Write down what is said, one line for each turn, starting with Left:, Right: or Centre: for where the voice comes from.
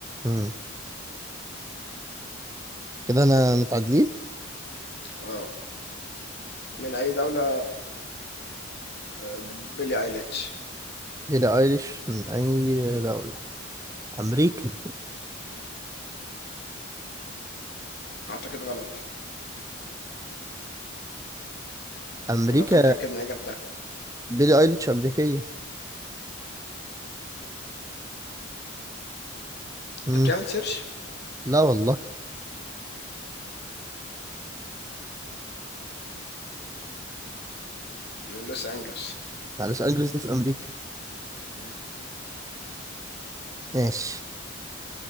Right: مم. كده أنا متعادلين
Left: آه، من أي دولة آه، بيلي أيليتش؟
Right: بيلي أيليش من أي دولة أمريكا
Left: أعتقد غلط،
Right: أمريكا
Left: والّا أنت متأكد من إجابتك؟
Right: بيلي أيليش أمريكية مم.
Left: أنت بتعمل search؟
Right: لا والله
Left: من لوس أنجلوس،
Right: مع لوس أنجلوس دي في أمريكا
Left: إمم،
Right: ماشي